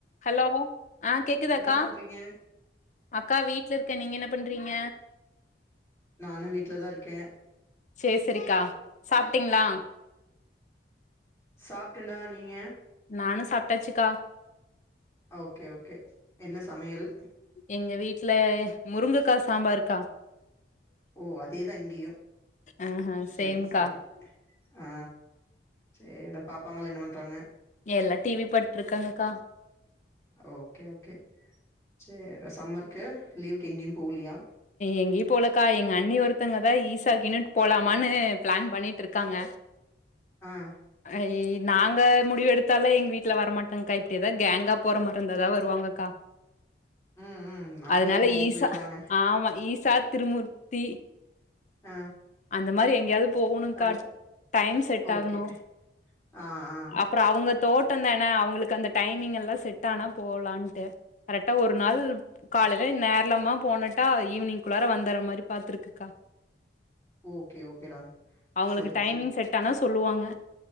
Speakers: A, on the left; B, on the left.
A: Hello ஆ கேக்குது
B: என்ன
A: அக்கா
B: பண்றீங்க
A: அக்கா வீட்ல இருக்க நீங்க என்ன பண்றீங்க
B: நானு வீட்லதா இருக்கே
A: சேரி சேரிக்கா சாப்டீங்ளா
B: சாப்டேடா நீங்க
A: நானு சாப்டாச்சிக்கா
B: ஓகே ஓகே என்ன சமையல்
A: எங்க வீட்ல முருங்கக்கா சாம்பாருக்கா
B: ஓ அதேதா இங்கயு
A: ஆஹ
B: சரி
A: சேம்க்கா
B: சரி ஆ சேரிடா பாப்பாங்க என்ன பண்றாங்க
A: எல்லா டிவி பட்டுருக்காங்கக்கா
B: ஓகே ஓகே சேரிடா சம்மர்க்கு லீவுக்கு எங்கியு போலியா
A: எங்கியு போலக்கா எங்க அண்ணி ஒருத்தவங்கதா ஈசா கின்னு <inaudible> போலாமான்னு பிளான் பண்ணிட்டுருக்காங்க
B: ஆ
A: ஐயி நாங்க முடிவு எடுத்தால்லா எங்க வீட்ல வரமாட்டங்க்கா இப்டி எதா கேங்கா போற மாறி இருந்தாதா வருவாங்கக்கா
B: ம் ம் அப்படியாது
A: அதனால
B: கூட்டிட்டு
A: ஈசா
B: போயிட்டு வாங்க
A: ஆமா ஈசா திருமூர்த்தி
B: ஆ
A: அந்த மாறி எங்கயாவது போனுக்கா
B: அது ப
A: டைம் செட்
B: ஓகே
A: ஆகணு
B: ஆ ஆ
A: அப்பறோ அவுங்க தோட்டதன் னா அவுங்களுக்கு அந்த டைமிங் எல்லா செட் ஆனா போலான்டு கரெக்டா ஒரு நாள் காலேல்ல நேர்லமா போனட்டா ஈவினிங் குள்ளார வந்தற மாரி பாத்துருக்குக்கா
B: ஓகே ஓகேடா
A: அவுங்களுக்கு
B: சரி
A: டைமிங்
B: சரி
A: செட் ஆனா சொல்லுவாங்க